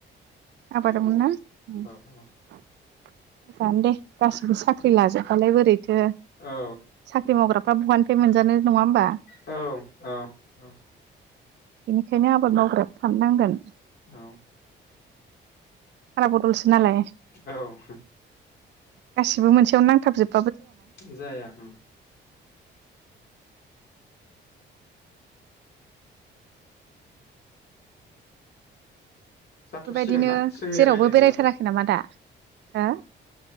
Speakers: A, on the right; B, on the left.
A: बारना जानो
B: औ औ
A: दे गासिबो साख्रि लाजोब बालाय बोरैथो
B: औ
A: साख्रि मावग्राफ्रा बहानिफ्राय मोनजानो। नङा होमबा
B: औ औ औ
A: बेनिखायनो आबाद मावग्रा थांनांगोन
B: औ
A: फाला बदलसो नालाय
B: औ
A: गासिबो मोनसेयावनो नांथाबजोब
B: जाया उम जाथ'सिगोन
A: बेबायदिनो
B: ना जोंनि
A: जेरावबो
B: रायलायनायाबो
A: बेरायथाराखै नामा दा हो